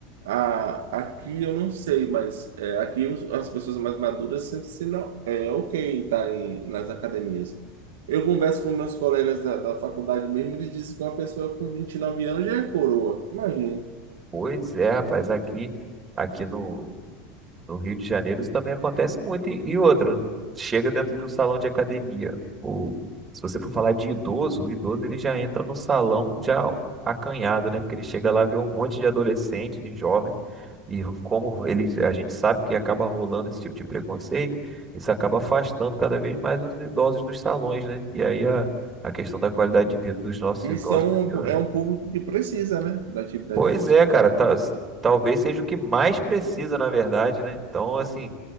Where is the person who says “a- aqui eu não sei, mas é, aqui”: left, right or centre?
Right